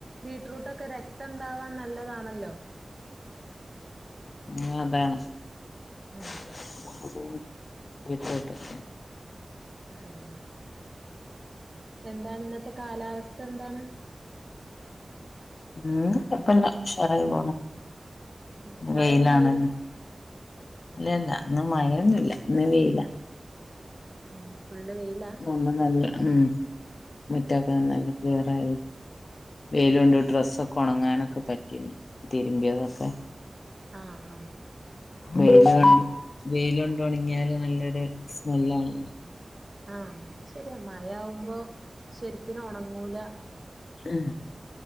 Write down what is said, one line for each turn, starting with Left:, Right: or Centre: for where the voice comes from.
Right: ബീട്രൂട്ടൊക്കെ രക്തണ്ടാവാൻ നല്ലതാണല്ലോ
Left: ഉം അതാണ് <unintelligible>
Right: ഉം അങ്ങനെ എന്താണ് ഇന്നത്തെ കാലാവസ്ഥ എന്താണ്
Left: ഇന്ന് കുഴപ്പില്ലഷറായി പോണൂ
Right: ആഹ് മഴയുണ്ടായിരുന്നു
Left: വെയിലാണ് ഇല്ലല്ല ഇന്ന് മഴയൊന്നുല്ല ഇന്ന് വെയില്ല
Right: ഉം ഫുള്ള് വെയില
Left: അങനെല്ല ഉം മുറ്റൊക്കെ നല്ല ക്ലിയരായി വെയില് കൊണ്ട് ഡ്രസ്സൊക്കെ ഉണങ്ങാനൊക്കെ പറ്റിന്ന് തിരുമ്പിയതൊക്കെ
Right: ആഹ് ആഹ്
Left: വെയില് കണ്ട് വെയിലുണ്ട് ഉണങ്ങിയാല് നല്ലൊരു സ്മെല്ലാണ്
Right: ആഹ് ശരിയണ് മഴയാവുമ്പോ ശരിക്കും ഒണങ്ങൂല
Left: ഉം